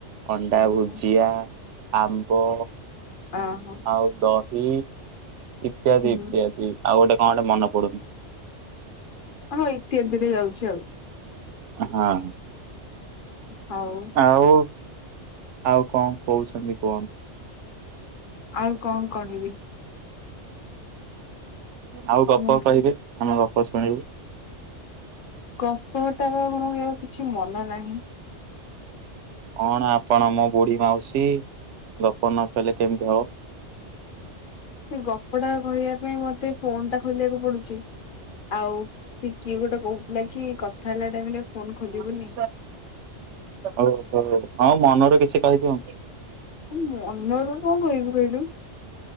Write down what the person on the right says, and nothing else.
ଅଣ୍ଡା
ଭୁଜିଆ
ଆମ୍ବ।
ଆଉ ଦହି ଇତ୍ୟାଦି
ଇତ୍ୟାଦି ଆଉ ଗୋଟେ କଣ ଗୋଟେ ମନେ ପଡୁନ।
ହଁ।
ଆଉ ଆଉ କଣ କହୁଛନ୍ତି କୁହନ୍ତୁ।
ଆଉ ଗପ
କହିବେ ଆମେ ଗପ ଶୁଣିବୁ।
କଣ ଆପଣ ମୋ ବୁଢୀ ମାଉସୀ ଗପ ନ କଲେ କେମିତି ହବ।
<unintelligible> ଓହୋ ଆଉ ମନ ର କିଛି କହିଦିଅ।